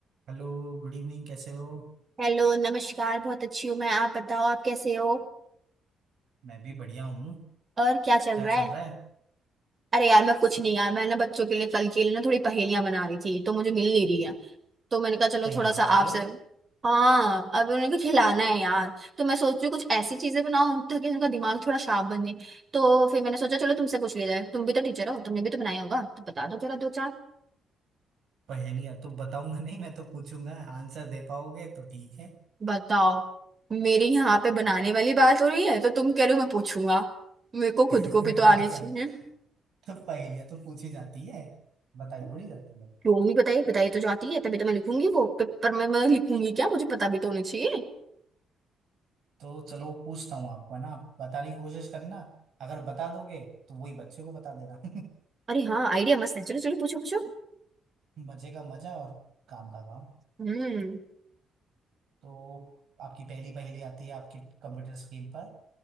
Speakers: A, on the right (about 70°); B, on the right (about 35°).
A: Hello Good evening कैसे हो
B: Hello नमस्कार बहुत अच्छी हूँ मैं आप बताओ आप कैसे हो
A: मैं भी बढ़िया हूँ
B: और क्या चल
A: क्या
B: रहा
A: चल
B: है
A: रहा है
B: अरे यार मैं कुछ नहीं यार मैं ना बच्चों के लिए कल के लिए ना थोड़ी पहेलियां बना रही थी तो मुझे मिल नहीं रही है तो मैंने कहा चलो
A: पहेली
B: थोड़ा सा
A: बना रहे
B: आपसे
A: हो
B: हाँ अब उनको खिलाना है यार तो मैं सोच रही हूँ कुछ ऐसी चीजें बनाऊं ताकि उनका दिमाग थोड़ा शार्प बन जाए तो फिर मैंने सोचा चलो तुमसे पूछ लिया जाए तुम भी तो टीचर हो तुमने भी तो बनाया होगा तो बता दो जरा दो चार
A: पहेलियाँ तो बताऊंगा नहीं मैं तो पूछूंगा आंसर दे पाओगे तो ठीक है
B: बताओ मेरी यहाँ पे बनाने वाली बात हो रही है तो तुम कह रहे हो मैं पूछूंगा मेरे को खुद
A: <laughs>
B: को भी तो
A: और
B: आने चाहिए
A: क्या तो पहेलियाँ तो पूछी जाती है बताई थोड़ी जाती है
B: क्यों नहीं बताई बताई तो जाती है तभी तो मैं लिखूंगी वो पेपर में मैं लिखूंगी क्या मुझे पता भी तो होना चाहिए
A: तो चलो पूछता हूँ आपको है ना आप बताने की कोशिश करना अगर बता दोगे तो वही बच्चे को बता देना
B: अरे हाँ आइडिया मस्त है चलो चलो पूछो पूछो
A: <laughs> मजे का मजा और काम का काम
B: हम्म
A: तो आपकी पहली पहेली आती है आपके कंप्यूटर स्क्रीन पर